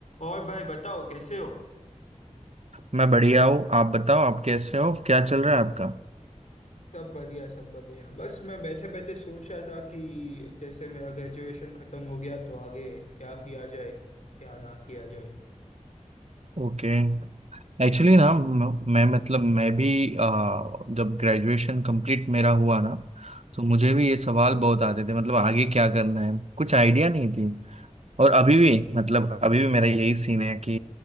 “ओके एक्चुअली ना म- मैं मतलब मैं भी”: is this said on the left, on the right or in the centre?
Right